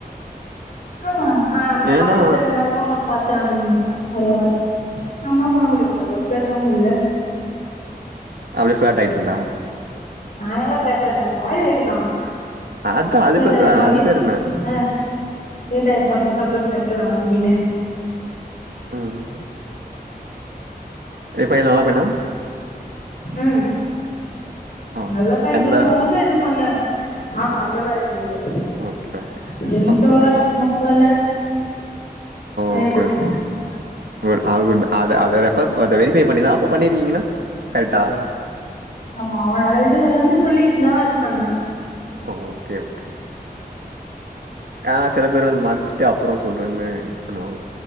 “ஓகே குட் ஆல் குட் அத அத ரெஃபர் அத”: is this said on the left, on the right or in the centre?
Right